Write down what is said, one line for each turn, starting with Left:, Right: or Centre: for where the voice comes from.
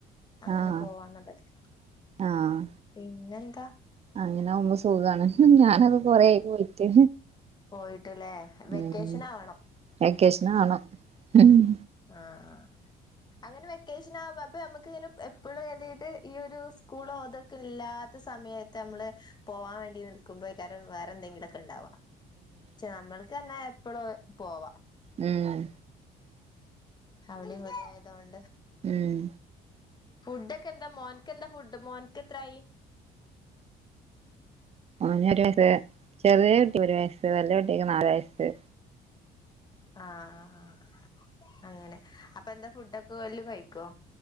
Left: അങ്ങനെ
Right: ആഹ്
Left: പോവാന്നുള്ള നൽക്ക്
Right: ആഹ്
Left: പിന്നെന്താ
Right: അങ്ങനെ ആകുമ്പോ സുഖാണ് ഞാനൊക്കെ കൊറെ ആയി പോയിട്ട്
Left: പോയിട്ട്ലെ വെക്കേഷൻ
Right: ഉം
Left: ആവണം
Right: വെക്കേഷനാവണം ഉം
Left: ആഹ് ആഹ് അങ്ങനെ വെക്കേഷൻ ആക അപ്പൊ നമുക്ക് ഇങ്ങനെ എപ്പോഴും ഏതായത് ഈ ഒരു സ്കൂളോതൊക്കെ ഇല്ലാ ത്ത സമയത്ത് അമ്മള് പോവാൻ വേണ്ടി നിൽക്കുമ്പൊഴേക്കാരം വേറെ എന്തെങ്കിലൊക്കെ ഇണ്ടാവാ ചെ നമ്മൾക്ക് അങ്ങനെ എപ്പളും പോവാ
Right: ഉം
Left: അവടീം ഇവടീം ആയതോണ്ട്.
Right: ഉം
Left: ഫുഡൊക്കെ എന്താ മോൻക്ക് എന്താ ഫുഡ്? മോൻക്ക് എത്രായി?
Right: ഓന് ഒര് വയസ് ചെറിയ കുട്ടിക്കൊര് വയസ്സ് വല്ല്യ കുട്ടിക്ക് നാല് വയസ്സ്.
Left: ആഹ് ആഹ് ആഹ് അങ്ങനെ അപ്പൊ എന്താ ഫുഡൊക്കെ എല്ലും കഴിക്കോ